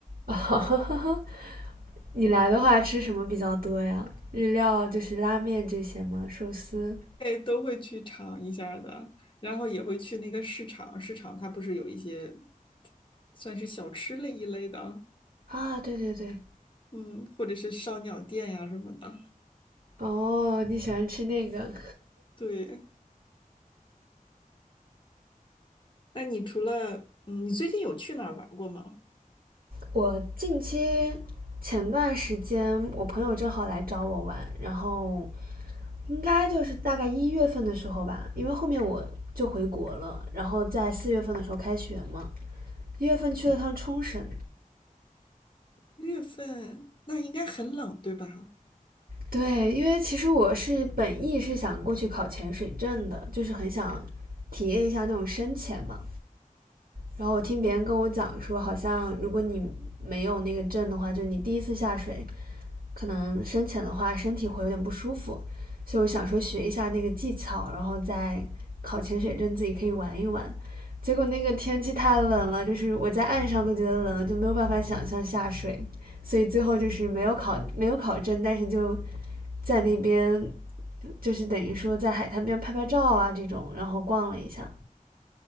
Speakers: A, on the right (about 90°); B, on the left (about 35°).
A: <laughs> 你来的话吃什么比较多呀？日料就是拉面这些吗？寿司？
B: 哎，都会去尝一下的，然后也会去那个市场，市场它不是有一些算是小吃类一类的，
A: 啊，对对对，
B: 嗯，或者是烧鸟店呀什么的。
A: 哦，你喜欢吃那个？
B: 对，那你除了嗯，你最近有去哪儿玩儿过吗？
A: 我近期前段时间，我朋友正好来找我玩，然后应该就是大概一月份的时候吧，因为后面我就回国了，然后在四月份的时候开学嘛，一月份去了趟冲绳。
B: 月份那应该很冷，对吧？
A: 对，因为其实我是本意是想过去考潜水证的，就是很想体验一下那种深潜嘛。然后我听别人跟我讲说，好像如果你没有那个证的话，就你第一次下水，可能深潜的话身体会有点不舒服，所以我想说学一下那个技巧，然后再考潜水证自己可以玩一玩。结果那个天气太冷了，就是我在岸上都觉得冷，就没有办法想象下水，所以最后就是没有考没有考证，但是就在那边就是等于说在海滩边拍拍照啊这种，然后逛了一下。